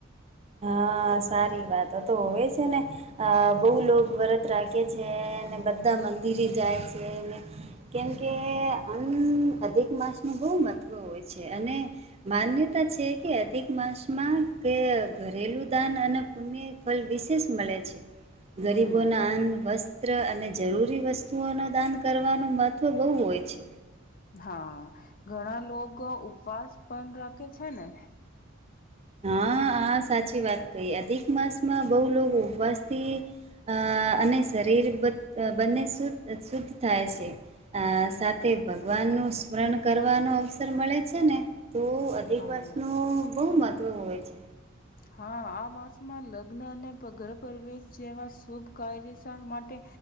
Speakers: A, on the right; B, on the left.
A: હા સારી વાતો તો હોવે છે ને અ બહુ લોકો વ્રત રાખે છે અને બધા મંદિરે જાય છે ને કેમકે આમ અધિક માસ નું બોહ મહત્વ હોય છે અને માન્યતા છે કે અધિક માસમાં કે ઘરેલું દાન અને પુણ્ય ફળ વિશેષ મળે છે ગરીબોના
B: હમ
A: અન્ન વસ્ત્ર ચિત્ર અને જરૂરી વસ્તુઓનું દાન કરવાનું મહત્ત્વ બહુ હોય છે
B: હા ઘણા લોકોગ ઉપવાસ પણ રાખે છે ને
A: હા આ સાચી વાત કહી અધિક માસમાં બહુ લોકો ઉપવાસથી અ અને શરીર બ બંને શુદ્ધ શુદ્ધ થાય છે અ
B: હમ
A: સાથે ભગવાનનું સ્મરણ કરવાનો અવસર મળે છે ને તો અધિક
B: હા
A: વર્ષનું બહુ મહત્ત્વ હોય છે
B: હા આ માસમાં લગ્ન અને ગ્રહ પ્રવેશ જેવા શુભ કાર્ય સ માટે